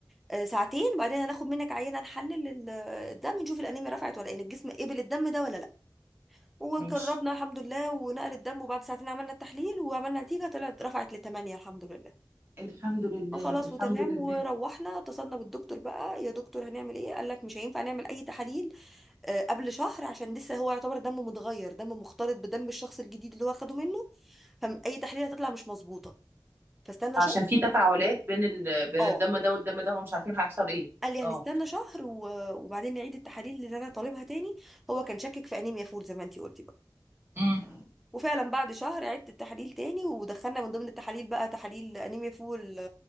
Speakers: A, in the centre; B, on the right.
A: آه ساعتين بعدين هناخد منك عينه نحلل ال- الدم نشوف الانيميا رفعت ولا ايه الجسم قبل الدم ده ولا لا وجربنا
B: ماشي
A: الحمد لله ونقل الدم وبعد ساعتين عملنا التحليل وعملنا نتيجه طلعت رفعت لثمانية الحمد لله
B: الحمد لله
A: آه خلاص
B: الحمد
A: وتمام
B: لله
A: وروحنا اتصلنا بالدكتور بقى يا دكتور هنعمل ايه قال لك مش هينفع نعمل اي تحاليل آه، قبل شهر عشان لسه هو يعتبر دمه متغير دمه مختلط بدم الشخص الجديد اللي هو اخده منه فاي تحليل هتطلع مش مظبوطه فاستنى
B: عشان
A: شهر
B: في تفاعلات بين ال... بين
A: اه
B: الدم ده والدم ده هم مش عارفين هيحصل ايه
A: قال لي
B: اه
A: هنستنى شهر و- وبعدين نعيد التحاليل اللي انا طالبها تاني هو كان شاكك في انيميا فول زي ما انتي قلتي
B: امم
A: وفعلا بعد شهر عدت التحاليل تاني ودخلنا من ضمن التحاليل بقى تحاليل انيميا فول آه،